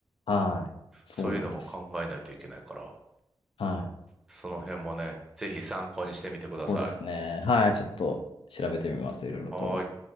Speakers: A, on the left; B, in the centre.
A: はい。そうなんです。
B: そういうのも考えないといけないから、
A: はい。
B: その辺もね、ぜひ参考にしてみてください。
A: そうですね。はい。ちょっと調べてみます。いろいろと。
B: はーい。